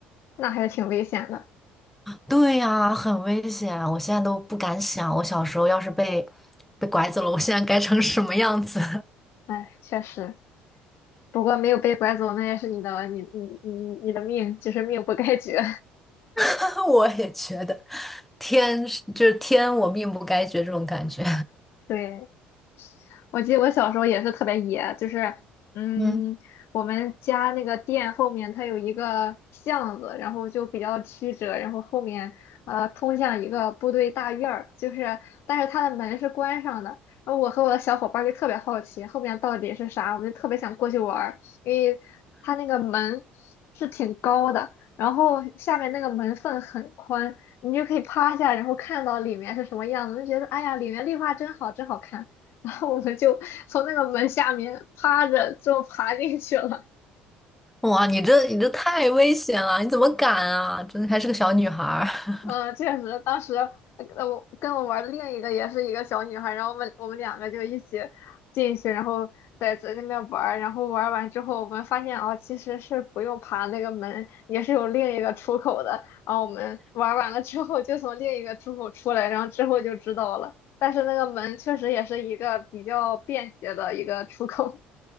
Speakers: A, on the left (about 65°); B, in the centre.
A: 那还是挺危险的。
B: 对呀，很危险，我现在都不敢想，我小时候要是被被拐走了，我现在该成什么样子？
A: 哎，确实，不过没有被拐走，那也是你的，你你你你的命，就是命不该绝。
B: <laughs> 我也觉得天是就是天，我命不该绝这种感觉。
A: <laughs> 对。我记得我小时候也是特别野，就是嗯，
B: <laughs> 嗯。
A: 我们家那个店后面它有一个巷子，然后就比较曲折，然后后面呃通向一个部队大院儿，就是但是它的门是关上的。然后我和我的小伙伴儿就特别好奇后面到底是啥，我们就特别想过去玩儿，因为它那个门是挺高的，然后下面那个门缝很宽，你就可以趴下，然后看到里面是什么样子，就觉得哎呀，里面绿化真好，真好看。然后我们就从那个门下面趴着就爬进去了。
B: 哇，你这你这太危险了，你怎么敢啊？真的还是个小女孩儿。
A: 嗯，确实，当时呃我跟我玩的另一个也是一个小女孩，然后我们我们两个就一起进去，然后在在那边玩儿然后玩完之后，我们发现哦，其实是不用爬那个门，也是有另一个出口的。然后我们玩完了之后，就从另一个出口出来，然后之后就知道了。但是那个门确实也是一个比较便捷的一个出口。